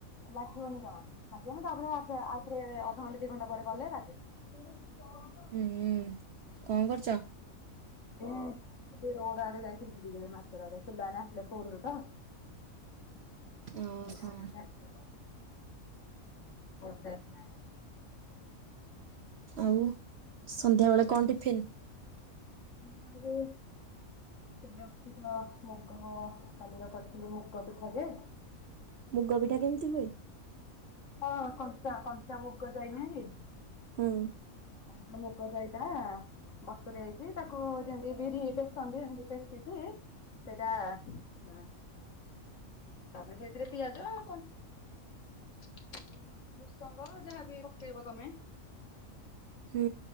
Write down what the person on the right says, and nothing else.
ହୁଁ କଣ କରୁଛ?
ଓହୋ ଆଉ ସନ୍ଧ୍ୟାବେେଳେ କଣ ଟିଫନ୍?
ମୁଗ ପିଠା କେମିତି ହୁଏ?
ହୁଁ।
ହୁଁ।